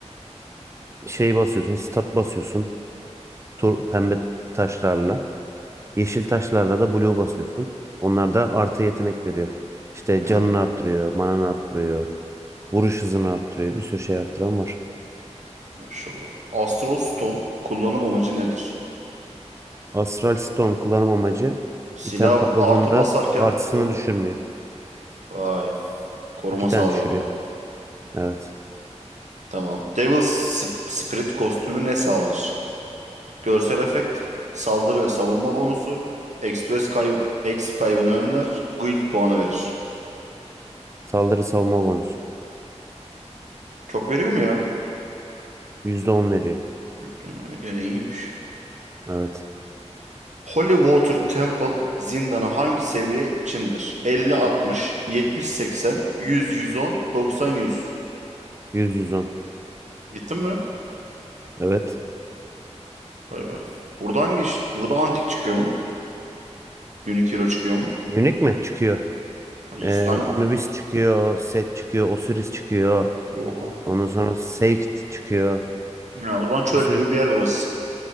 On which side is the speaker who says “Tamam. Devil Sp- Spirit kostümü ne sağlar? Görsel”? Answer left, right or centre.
Right